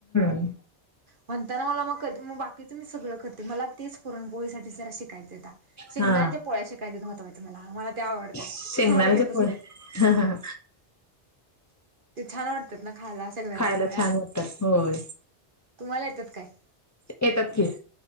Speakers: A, on the left; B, on the right.
A: हम्म
B: म्हणताना मला मग क मग बाकीचं मी सगळं करते मला तेच पुरणपोळीसाठी जरा शिकायचंय आता! शेंगदाण्याच्या
A: हा
B: पोळ्या शिकायकाच्या आहे महत्वाचं मला - मला त्या आवडत्या
A: शेंगदाण्याचे
B: मला येतच
A: पोळे
B: नाहीत.
A: हा
B: ते छान वाटतात ना खायला सगळ्याच्या
A: खायला
B: पोळ्या
A: छान वाटतात होय
B: तुम्हाला येतात काय -
A: येतात की -